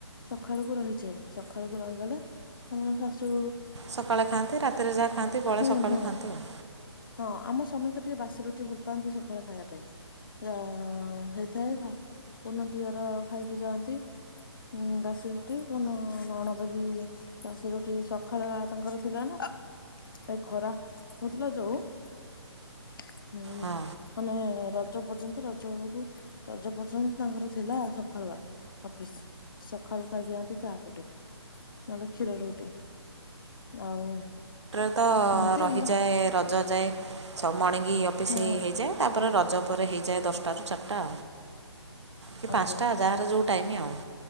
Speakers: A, on the left; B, on the right.
A: ସଖାଳକୁ ରହିଯାଏ ସଖାଳକୁ ରହିଗଲେ ଆମର ଶାଶୁ
B: ସକାଳେ ଖାଆନ୍ତି ରାତିରେ ଯାଆ ଖାଆନ୍ତି। ବଳେ
A: ହୁଁ
B: ସକାଳୁ
A: ହୁଁ
B: ଖାଆନ୍ତି ଆଉ।
A: ହଁ ଆମ ସମସ୍ତେ ଟିକେ ବାସି ରୁଟି ଭଲ ପାଆନ୍ତି ସଖାଳେ ଖାଇବା ପାଇଁ ଆ ହେଇଥାଏ କଉନ ଦିଅର ଖାଇକି ଯାଆନ୍ତି ଉ ବାସି ରୁଟି କଉନ ନଣଦ ବୀ ବାସି ରୁଟି ସଖାଳେ ତାଙ୍କର ଥିଲା ନା ଏ ଖରା ହଉଥିଲା ଯୋଉ ଉଁ
B: ହଁ
A: ମାନେ ରଜ ପର୍ଯ୍ୟନ୍ତ ରଜ ବେଳକୁ ରଜ ପର୍ଯ୍ୟନ୍ତ ତାଙ୍କର ଥିଲା ସଖାଲୁଆ, ଅଫିସ। ସଖଳୁ ଖାଇକି ଯାଆନ୍ତି ଚା ରୁଟି ନହେଲେ କ୍ଷୀର ରୁଟି। ଆଉ
B: ତଅ
A: ଏମିତି
B: ରହିଯାଏ
A: ଆମର
B: ରଜ ଯାଏ ସା ମାଣୀଙ୍ଗି ଅଫିସ
A: ହୁଁ
B: ହେଇଯାଏ ତାପରେ ରଜ ଜ ପରେରେ ହେଇ ଯାଏ ଦଶଟାରୁ ଚାରିଟା। କି
A: ଆଜ୍ଞା
B: ପାଞ୍ଚଟା ଯାହାର ଯେଉଁ ଟାଇମ ଆଉ